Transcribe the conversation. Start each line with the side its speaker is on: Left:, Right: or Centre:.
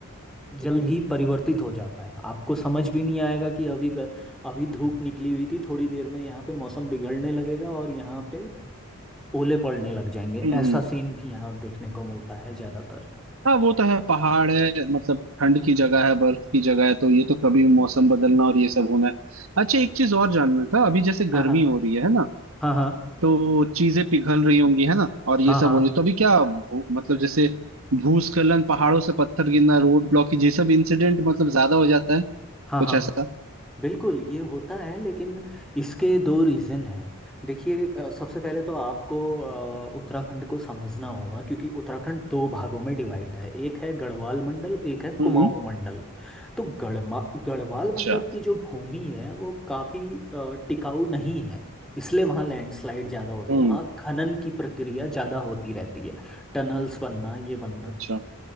Centre: जल ही परिवर्तित हो जाता है आपको समझ भी नहीं आएगा कि अभी ग- अभी धूप निकली हुई थी थोड़ी देर में यहाँ पे मौसम बिगड़ने लगेगा और यहाँ पे ओले पड़ने लग जाएंगे
Right: हम्म
Centre: ऐसा
Right: हम्म।
Centre: सीन भी यहाँ देखने को मिलता है ज्यादातर
Right: हाँ वो तो है पहाड़ है मतलब ठंड की जगह है बर्फ की जगह है तो ये तो कभी भी मौसम बदलना और ये सब होना है अच्छा एक चीज और जानना था अभी जैसे
Centre: हाँ
Right: गर्मी
Centre: हाँ
Right: हो रही है ना
Centre: हाँ हाँ
Right: तो चीजें पिघल रही होंगी है ना और ये
Centre: हाँ
Right: सब
Centre: हाँ हाँ
Right: हो रही तो अभी क्या भू, मतलब जैसे भूस्खलन पहाड़ों से पत्थर गिरना रोड ब्लॉक ये सब इंसिडेंट मतलब ज्यादा हो जाता है
Centre: हाँ
Right: कुछ
Centre: हाँ
Right: ऐसा
Centre: बिल्कुल ये होता है लेकिन इसके दो रीज़न हैं देखिए अ, सबसे पहले तो आपको अ, उत्तराखंड को समझना होगा क्योंकि उत्तराखंड दो भागों में डिवाइड है एक है गढ़वाल मंडल एक है
Right: हम्म
Centre: कुमाऊं
Right: हम्म
Centre: मंडल तो गढ़मा गढ़वाल
Right: अच्छा
Centre: मंडल की जो भूमि है वो काफ़ी टिकाऊ नहीं है इसलिए वहाँ लैंडस्लाइड ज़्यादा होते
Right: हम्म
Centre: हैं वहाँ खनन की प्रक्रिया ज़्यादा होती रहती है टनल्स बनना ये बनना
Right: अच्छा